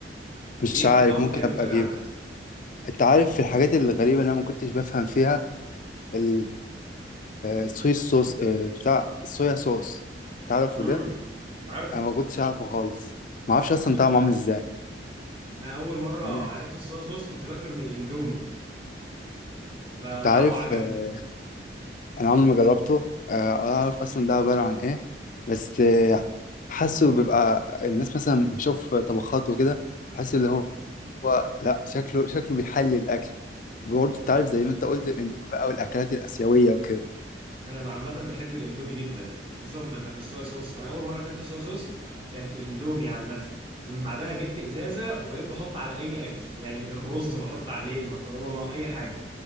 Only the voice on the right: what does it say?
بيدي
طعم
جامد
قوي
عامة
امم
عارف
انا اول مرة
عرفت الصويا صوص كنت باكله من الاندومي فطعمه
عجبني
انا عامه بحب الاندومي جدا وخصوصا بال- بالصويا صوص انا اول مره اكلت صويا صوص كان في اندومي عامه من بعدها جبت ازازه وبقيت بحط على اي اكل يعني الرز بحط عليه المكرونه اي حاجه